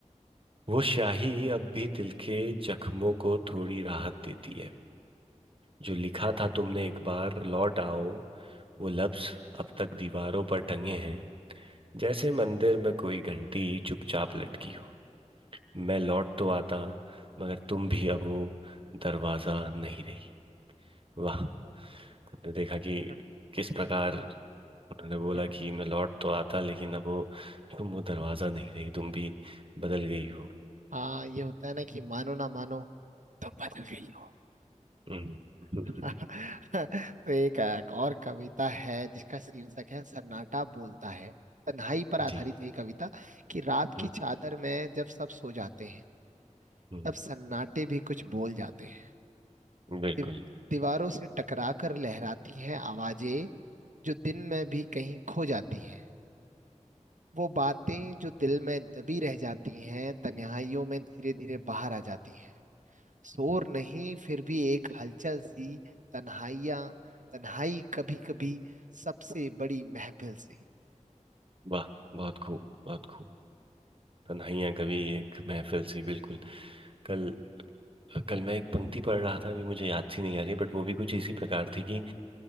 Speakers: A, on the right; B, on the right.
A: वो स्याही अब भी दिल के जख्मों को थोड़ी राहत देती है जो लिखा था तुमने एक बार लौट आओ वो लफ्ज अब तक दीवारों पर टंगे हैं जैसे मंदिर में कोई घंटी चुपचाप लटकी हो मैं लौट तो आता मगर तुम भी अब वो दरवाजा नहीं रही वाह हमने देखा कि
B: <laughs>
A: किस प्रकार उन्होंने बोला
B: देखो
A: कि मैं लौट तो आता लेकिन अब वो तुम वो दरवाजा नहीं रही तुम भी बदल गई हो
B: हाँ ये होता है ना कि मानो ना मानो तुम बदल गई हो
A: हम्म, <laughs>
B: <laughs> तो एक अ, और कविता है जिसका शीर्षक है सन्नाटा बोलता है तन्हाई पर आधारित
A: जी
B: है ये कविता कि रात
A: हम्म,
B: की चादर में जब सब सो जाते हैं
A: हम्म,
B: तब सन्नाटे भी कुछ बोल जाते हैं
A: बिल्कुल
B: दीव- दीवारों से टकरा कर लहराती हैं आवाजें जो दिन में भी कहीं खो जाती हैं वो बातें जो दिल में दबी रह जाती हैं तन्हाइयों में धीरे धीरे बाहर आ जाती हैं शोर
A: हम्म,
B: नहीं फिर भी एक हलचल सी तन्हाइयाँ तन्हाई कभी कभी सबसे बड़ी महफिल सी
A: वाह बहुत खूब बहुत खूब तन्हाइयां कभी एक महफिल सी बिल्कुल कल कल मैं एक पंक्ति पढ़ रहा था अभी मुझे याद सी नहीं आ रही बट वो भी कुछ इसी प्रकार थी कि